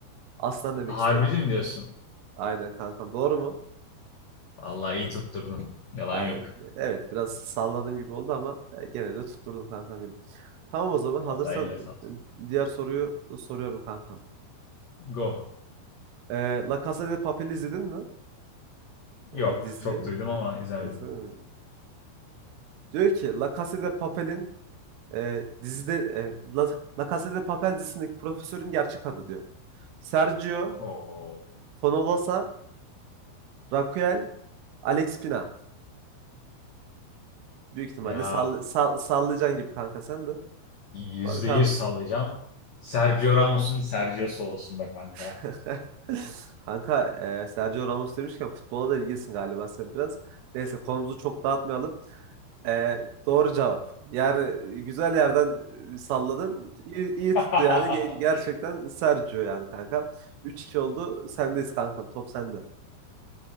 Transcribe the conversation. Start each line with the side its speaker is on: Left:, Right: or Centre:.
Right: Aslan demek
Left: Harbi
Right: istiyorum.
Left: mi diyorsun?
Right: Aynen kankam. Doğru mu?
Left: Vallahi iyi tutturdun. Yalan
Right: Aynen.
Left: yok.
Right: Evet biraz salladığım gibi oldu ama e, gene de tutturdum kankam benim. Tamam o zaman hazırsan
Left: Vallahi eline sağlık.
Right: e, diğer soruyu soruyorum kankam.
Left: Go.
Right: E, La Casa de Papel izledin mi? E,
Left: Yok.
Right: diziyi.
Left: Çok duydum ama izlemedim.
Right: E, sen- Diyor ki La Casa de Papel'in e, dizide e, La, La Casa de Papel dizisindeki profesörün gerçek adı diyor. Sergio,
Left: Oo.
Right: Fonolosa, Raquel, Alex Pina. Büyük ihtimalle
Left: Ya
Right: sall sall sallayacaksın gibi kanka sen de.
Left: yüzde
Right: Bakalım.
Left: yüz sallayacağım. Sergio Ramos'un Sergio'su olsun be kanka.
Right: <laughs> Kanka e, Sergio Ramos demişken futbola da ilgilisin galiba sen biraz. Neyse konumuzu çok dağıtmayalım. E, doğru cevap. Yani güzel yerden e, salladın. İyi, iyi
Left: <laughs>
Right: tuttu yani. Ge- gerçekten Sergio yani kanka. Üç iki oldu. Sendeyiz kankam. Top sende.